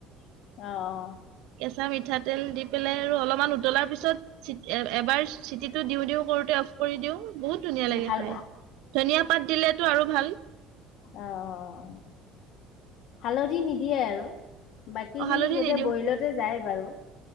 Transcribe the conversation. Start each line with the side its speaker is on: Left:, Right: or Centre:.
Left: অহ অ।
Right: কেঁচা মিঠাতেল দি পেলাই আৰু অলপমান উতলাৰ পিছত এবাৰ চিটিটো দিও দিও কৰোতে অফ কৰি দিওঁ। বহুত ধুনীয়া লাগে
Left: হাল
Right: খাই। ধনিয়া পাত দিলেতো আৰু ভাল।
Left: অ অ অ অ হালধি নিদিয়ে আৰু। বাকী
Right: অ হালধি
Left: খিনি গোতে
Right: নিদিওঁ
Left: বইলতে যায় বাৰু